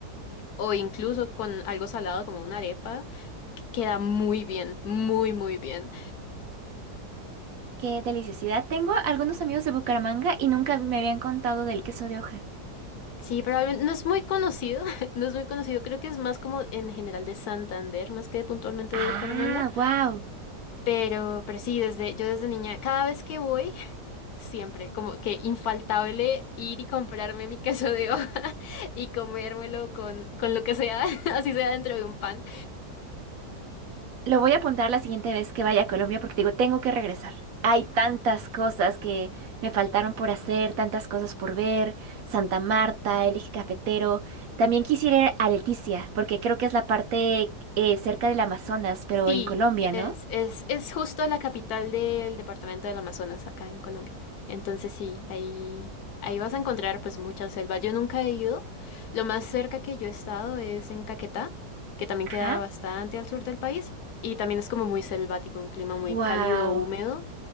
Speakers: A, on the left (about 70°); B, on the right (about 65°).
A: o incluso con algo salado como una arepa, queda muy bien, muy, muy bien.
B: Qué deliciosidad. Tengo algunos amigos de Bucaramanga y nunca me habían contado del queso de hoja.
A: Sí, probablemente no es muy conocido, <laughs> no es muy conocido, creo que es más como en general de Santander, más que puntualmente
B: Ah,
A: de Bucaramanga,
B: wow.
A: pero, pero sí, desde, yo desde niña, cada vez que voy, Siempre, como que infaltable ir y comprarme mi queso de hoja <laughs> y comérmelo con, con lo que sea, <laughs> así sea dentro de un pan.
B: Lo voy a apuntar la siguiente vez que vaya a Colombia porque te digo, tengo que regresar. Hay tantas cosas que me faltaron por hacer, tantas cosas por ver. Santa Marta, el eje cafetero. También quisiera ir a Leticia porque creo que es la parte eh, cerca del Amazonas, pero
A: Sí,
B: en Colombia,
A: es,
B: ¿no?
A: es, es justo la capital del departamento del Amazonas, acá en Colombia. Entonces sí, ahí, ahí vas a encontrar pues mucha selva. Yo nunca he ido. Lo más cerca que yo he estado es en Caquetá, que también queda
B: Ajá.
A: bastante al sur del país. Y también es como muy selvático, un clima muy
B: Wow.
A: cálido, húmedo.